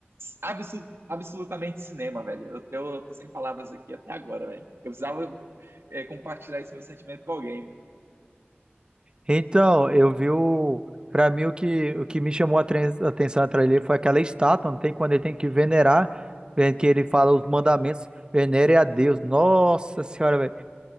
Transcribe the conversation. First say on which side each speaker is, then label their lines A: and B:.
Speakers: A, on the right; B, on the right.
A: absu- absolutamente cinema, velho. Eu tô, eu tô sem palavras aqui até agora, velho. Eu precisava é, compartilhar esse meu sentimento com alguém,
B: Então, eu vi o. Pra mim, o que, o que me chamou a tren- a atenção atrás dele foi aquela estátua, não tem quando ele tem que venerar, vendo que ele fala os mandamentos, venere a Deus. Nossa senhora, velho.